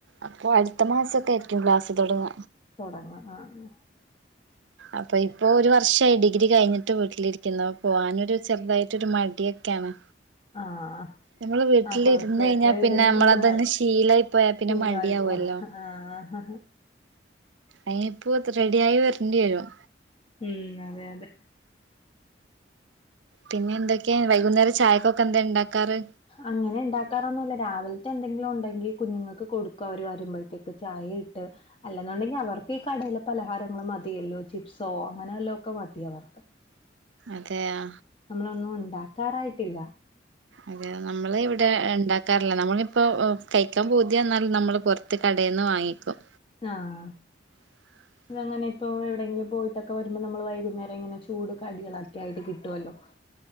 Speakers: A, on the right (about 85°); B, on the left (about 30°).
A: അപ്പൊ അടുത്ത മാസൊക്കെ ആയിരിക്കും ക്ലാസ്സ് തുടങ്ങ
B: തുടങ്ങ ആഹ്
A: അപ്പൊ ഇപ്പൊ ഒരു വർഷായി ഡിഗ്രി കഴിഞ്ഞിട്ട് വീട്ടിലിരിക്കുന്നു പോകാനൊരു ചെറുതായി ട്ടൊരു മടിയൊക്കെയാണ്
B: ആഹ്
A: നമ്മള് വീട്ടിലിരുന്ന്
B: ആഹ് കൊറച്ചേരം
A: കഴിഞ്ഞാ പിന്നെ
B: ഇരുന്ന്
A: നമ്മളതങ്ങ്
B: ഒന്ന്
A: ശീലായി പോയാ പിന്നെ
B: ശീലായിപ്പോ
A: മടിയാവല്ലോ
B: ആഹ്
A: അയിനിപ്പോത് റെഡി ആയി വരേണ്ടി വരും
B: ഉം അതെ അതെ
A: പിന്നെന്തൊക്കെയാ വൈകുന്നേരം ചായക്കൊക്കെ എന്താ ഇണ്ടാക്കാറ്
B: അങ്ങനെ ഇണ്ടാക്കാറൊന്നുമില്ല രാവിലത്തെ എന്തെങ്കിലും ഒണ്ടെങ്കി കുഞ്ഞുങ്ങക്ക് കൊടുക്കും അവര് വരുമ്പഴത്തേക്ക് ചായേ ഇട്ട് അല്ലെന്നൊണ്ടെങ്കി അവർക്കീ കടേലെ പലഹാരങ്ങള് മതിയല്ലോ ചിപ്സോ അങ്ങനെല്ലോക്കെ മതി അവർ
A: അതെയാ
B: നമ്മളൊന്നും ഒണ്ടാക്കാറായിട്ടില്ല
A: അതെയോ നമ്മളിവിടെ ഇണ്ടാക്ക ക്കാറില്ല നമ്മളിപ്പോ കയ്ക്കാൻ പൂതിയന്നാൽ നമ്മൾ പൊറത്ത് കടേന്ന് വാങ്ങിക്കും
B: ആഹ്
A: ആ
B: ഇതങ്ങനെ ഇപ്പോ എവിടെയങ്കിലും പോയിട്ടൊക്കെ വരുമ്പം നമ്മള് വൈകുന്നേരം ഇങ്ങനെ ചൂട് കടികളൊക്കെ ആയിട്ട് കിട്ടുവല്ലോ.